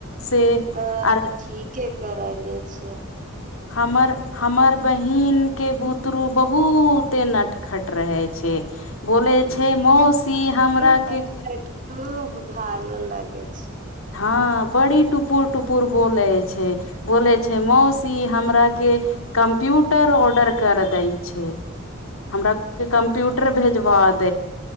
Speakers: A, on the left (about 80°); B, on the right (about 40°).
A: से
B: तऽ
A: आर
B: तऽ ठीक ह करै ले छै
A: हमर हमर बहिन के बुतरू बहुते नटखट रहे छै बोलै
B: हम्म,
A: छै मौसी हमरााके
B: फ्लूट काट खूब भालो लागे छै
A: हँ बड़ी टुपुर टुपुर बोलै छै बोलै छै मौसी हमराके कम्प्यूटर ऑर्डर कर दै छै हमरा कम्प्यूटर ट्रेवलेजवार